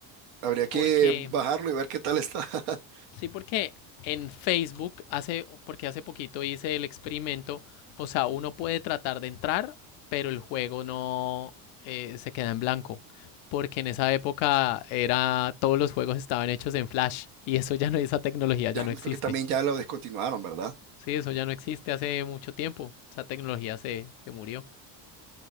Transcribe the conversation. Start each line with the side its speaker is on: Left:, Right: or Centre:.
Right: habría que
Left: Porque...
Right: bajarlo y ver qué tal está. <laughs>
Left: Sí, porque en Facebook hace, porque hace poquito hice el experimento, o sea, uno puede tratar de entrar, pero el juego no eh, se queda en blanco, porque en esa época era todos los juegos estaban hechos en Flash y eso ya no esa tecnología ya
Right: Ya
Left: no
Right: creo
Left: existe.
Right: que también ya lo descontinuaron, ¿verdad?
Left: Sí, eso ya no existe hace mucho tiempo. Esa tecnología se, se murió.